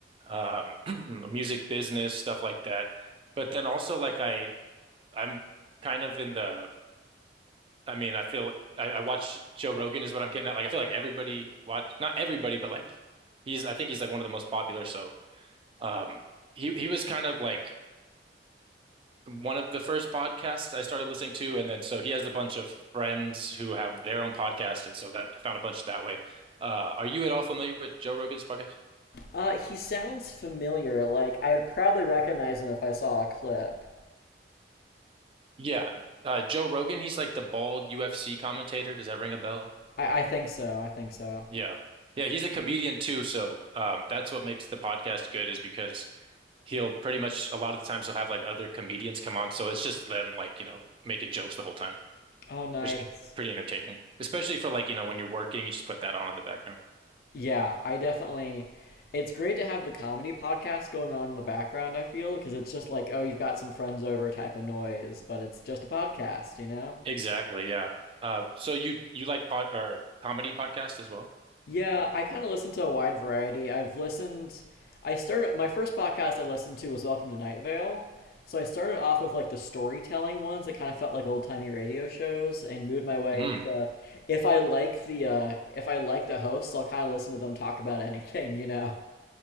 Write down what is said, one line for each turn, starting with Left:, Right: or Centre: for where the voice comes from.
Right: Um, <clears throat> music business stuff like that. But then also like I I'm kind of in the I mean, I feel I, I watch Joe Rogan is what I'm getting at. Like I feel like everybody watch not everybody, but like he's I think he's like one of the most popular. So um he he was kind of like one of the first podcasts I started listening to. And then so he has a bunch of friends who have their own podcast. And so that I found a bunch that way. Uh are you at all familiar with Joe Rogan's podcast?
Left: Uh he sounds familiar. Like I'd probably recognize him if I saw a clip.
Right: Yeah. Uh Joe Rogan, he's like the bald UFC commentator. Does that ring a bell?
Left: I I think so. I think so.
Right: Yeah. Yeah, he's a comedian too, so um that's what makes the podcast good is because he'll pretty much a lot of the times he'll have like other comedians come on, so it's just them like, you know, making jokes the whole time,
Left: Oh, nice.
Right: which is pretty entertaining. Especially for like, you know, when you're working, you just put that on in the background.
Left: Yeah, I definitely. It's great to have the comedy podcast going on in the background, I feel, because it's just like, oh, you've got some friends over type of noise, but it's just a podcast, you know?
Right: Exactly, yeah. Uh, so you you like pod or comedy podcasts as well?
Left: Yeah, I kind of listen to a wide variety. I've listened. I started. My first podcast I listened to was Welcome to Night Vale. So I started off with like the storytelling ones that kind of felt like old-timey radio shows and moved my way
Right: Mm.
Left: into if I like the uh if I like the hosts, I'll kind of listen to them talk about anything, <laughs> you know.